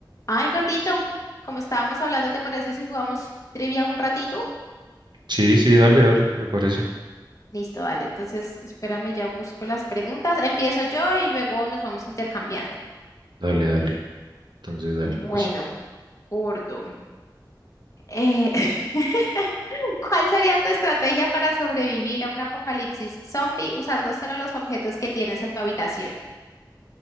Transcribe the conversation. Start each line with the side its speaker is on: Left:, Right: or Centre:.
Left: Ay, gordito, como estábamos hablando, ¿te parece si jugamos trivia un ratito?
Right: Sí, sí, dale, dale, me parece.
Left: Listo, dale. Entonces, espérame, ya busco las preguntas. Empiezo yo y luego nos vamos intercambiando.
Right: Dale, dale. Entonces, dale.
Left: Bueno,
Right: Es
Left: gordo, eh, <laughs> ¿cuál sería tu estrategia para sobrevivir a un apocalipsis zombie usando solo los objetos que tienes en tu habitación?